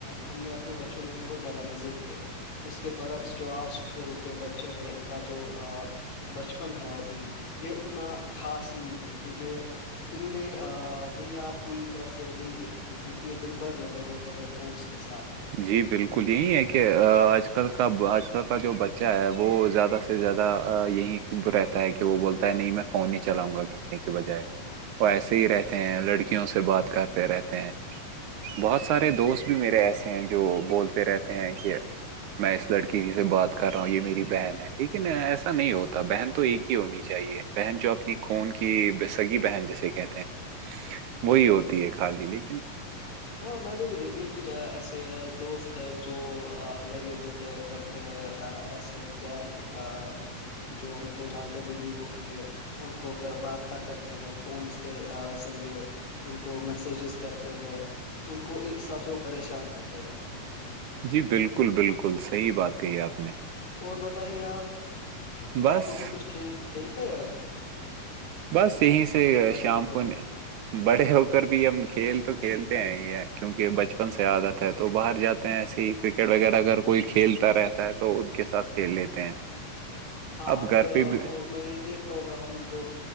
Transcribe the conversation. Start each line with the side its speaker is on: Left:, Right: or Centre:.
Left: ہم نے اپنے بچپن میں بہت زیادہ مزے کیے ہیں اس کے برعکس جو آج کل کے بچے ہیں ان کا جو بچپن ہے ابھی یہ اتنا خاص نہیں ہے کیونکہ انہوں نے دنیا پوری طرح سے نہیں دیکھیے کیونکہ یہ دن بھر لگے ہوتے ہے فونس کے ساتھ
Right: جی بالکل یہی ہے کہ آج کل کا آج کل کا جو بچہ ہے وہ زیادہ سے زیادہ یہی رہتا ہے کہ وہ بولتا ہے نہیں میں فون ہی چلاؤں گا کے بجائے وہ ایسے ہی رہتے ہیں لڑکیوں سے بات کرتے رہتے ہیں بہت سارے دوست بھی میرے ایسے ہیں جو بولتے رہتے ہیں کہ میں اس لڑکی کی سے بات کر رہا ہوں یہ میری بہن ہے لیکن ایسا نہیں ہوتا بہن تو ایک کی ہونی چاہیے بہن جو اپنی خون کی سگی بہن جیسے کہتے ہیں وہی ہوتی ہے خال جی لی
Left: ہاں میں نہیں بتائی بالکل کچھ ایسے دوست ہے جو لگے ہوتے کرتے ہیں ایسے گیپ جو ان کو جانتے بھی نہیں ہوں گے ان کو رابطہ کرتے ہیں فونس کے ذریعے ان کو میسیجز کرتے ہیں ان کو ایک حساب سے وہ پریشان کرتے رہتے ہیں
Right: جی بالکل بالکل صحیح بات کہی ہے آپ نے
Left: اور بتائیے آپ
Right: بس
Left: آپ ابھی کچھ کھیل کھیلتے ہیں ا
Right: بس یہیں سے شام
Left: ہو کر
Right: کو
Left: بھی
Right: بڑے ہو کر بھی ہم کھیل تو کھیلتے ہیں ہی ہے کیونکہ بچپن سے عادت ہے تو باہر جاتے ہیںے کرکٹ وغیرہ اگر کوئی کھیلتا رہتا ہے تو ان کے ساتھ کھیل لیتے ہیں
Left: ہاں
Right: اب
Left: اگر
Right: گھر پہ بھی
Left: اور میں یہ دیکھ رہا ہوں اگر ہم جو